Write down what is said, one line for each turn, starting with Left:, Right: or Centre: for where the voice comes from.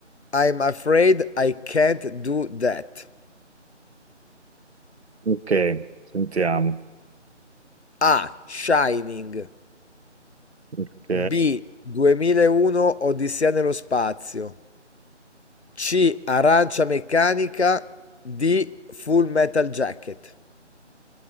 Left: I'm afraid I can't do that?
Right: Ok, sentiamo.
Left: A. Shining.
Right: Ok.
Left: B. 2001 Odissea nello spazio. C. Arancia meccanica. D. Full Metal Jacket.